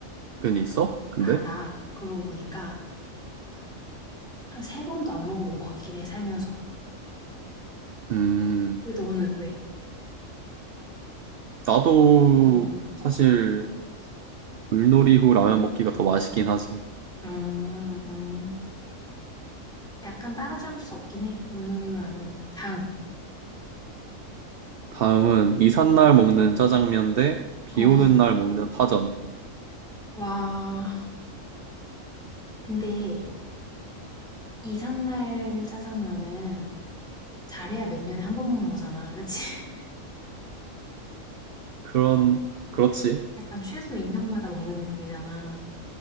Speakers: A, on the right; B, in the centre.
A: 있어? 근데?
B: 아, 나 그러고 보니까 한 세 번도 안 먹어본 것 같긴 해, 살면서.
A: 음,
B: 왜 너는 왜?
A: 나도
B: 응, 응.
A: 사실 물놀이 후 라면 먹기가 더 맛있긴 하지.
B: 음, 음. 약간 따라잡을 수 없긴 해, 물놀이라면. 다음.
A: 다음은 이삿날 먹는 짜장면 대 비
B: 어,
A: 오는 날 먹는 파전.
B: 와. 근데 이삿날 짜장면은 잘해야 몇 년에 한 번 먹는 거잖아. 그치? <laughs>
A: 그런, 그렇지.
B: 약간 최소 2 년마다 먹는 느낌이잖아.